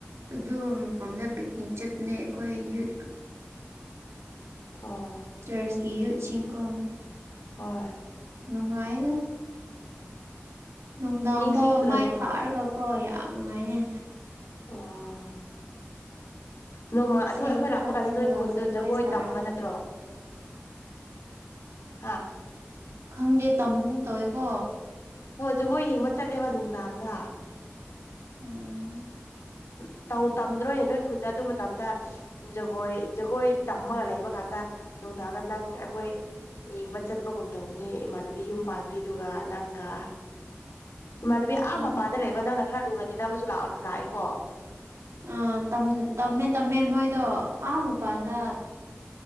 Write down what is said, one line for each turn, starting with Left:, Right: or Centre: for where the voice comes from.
Right: ꯑꯗꯨ ꯃꯐꯝꯗ ꯄꯤꯛꯅꯤꯛ ꯆꯠꯄꯅꯦ ꯑꯩꯈꯣꯏ ꯌꯨꯠ
Left: <inaudible> ꯑꯣ
Right: ꯆꯔꯆꯀꯤ ꯌꯨꯠ ꯆꯤꯡꯈꯣꯝ
Left: ꯍꯣꯏ
Right: ꯅꯨꯡꯉꯥꯏꯗ ꯅꯨꯡꯗꯥꯡ
Left: ꯅꯤꯡꯁꯤꯡꯗ꯭ꯔꯕꯣ
Right: ꯐꯥꯎꯕ ꯃꯥꯏ ꯊꯥꯛꯔꯒꯀꯣ ꯌꯥꯝ ꯅꯨꯡꯉꯥꯏꯌꯦ
Left: ꯑꯣ ꯅꯣꯡꯃ
Right: ꯏꯁꯩ
Left: ꯑꯗꯨ ꯑꯩꯈꯣꯏ ꯂꯥꯛꯄ
Right: ꯊꯛꯔꯒ
Left: ꯀꯥꯟꯗ ꯅꯣꯏ ꯈꯨꯟꯗ ꯖꯒꯣꯏ
Right: ꯁꯥꯔꯒ
Left: ꯇꯝꯕ ꯅꯠꯇ꯭ꯔꯣ ꯍꯥꯥ
Right: ꯈꯪꯗꯦ ꯇꯝꯕꯒꯨꯝ ꯇꯧꯋꯦꯀꯣ
Left: ꯍ ꯖꯒꯣꯏ ꯌꯦꯡꯕ ꯆꯠꯂꯦꯕ ꯅꯨꯡꯗꯥꯡꯗ
Right: ꯎꯝ
Left: ꯎ ꯇꯧ ꯇꯝꯗ꯭ꯔꯣꯏ ꯅꯣꯏ ꯈꯨꯟꯗ ꯑꯗꯨ ꯃꯇꯝꯗ ꯖꯒꯣꯏ ꯖꯒꯣꯏ ꯇꯝꯃꯒ ꯂꯩꯕ ꯀꯥꯟꯗ ꯅꯨꯡꯗꯥꯡꯗ ꯅꯪ ꯑꯩꯈꯣꯏ ꯌꯦꯡꯕ ꯆꯠꯄꯒꯨꯝ ꯇꯧꯕꯅꯦ ꯏꯃꯥꯟꯅꯕꯤ ꯌꯨꯝ ꯄꯥꯟꯕꯤꯗꯨꯒ ꯅꯪꯒ ꯏꯃꯥꯟꯅꯕꯤ ꯑꯥ ꯃꯄꯥꯟꯗ
Right: ꯃꯥꯅꯦ
Left: ꯂꯩꯕ
Right: ꯃꯥꯅꯦ
Left: ꯅꯪꯅ ꯈꯔ ꯂꯨꯅ ꯇꯤꯟꯅꯕꯁꯨꯑꯣ ꯂꯥꯛꯑꯦꯀꯣ
Right: ꯑ ꯇꯝꯃꯦ ꯇꯝꯃꯦ ꯃꯣꯏꯗꯣ ꯑꯥ ꯃꯄꯥꯟꯗ